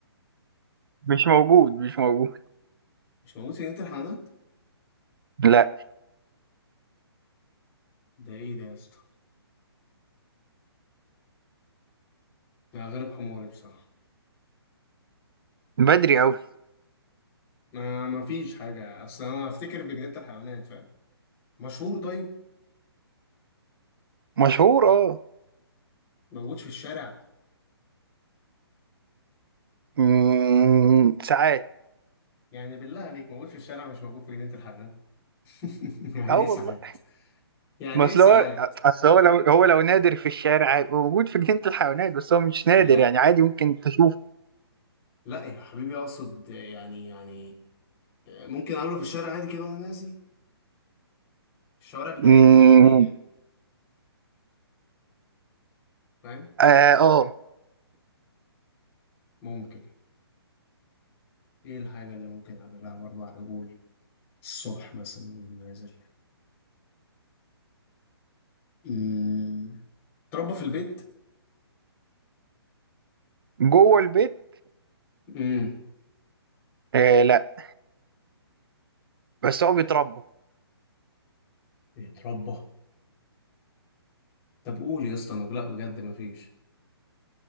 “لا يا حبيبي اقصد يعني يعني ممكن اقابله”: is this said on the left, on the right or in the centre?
Left